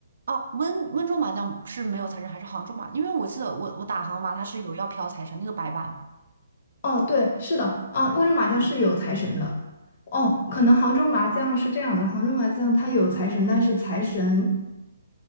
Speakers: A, on the right; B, on the left.
A: 哦，温温州麻将是没有财神，还是杭州麻？因为我记得我我打杭麻，它是有要飘财神那个白板嘛。
B: 哦，对，是的，啊，温州麻将是有财神的。哦，可能杭州麻将是这样的，杭州麻将它有财神，但是财神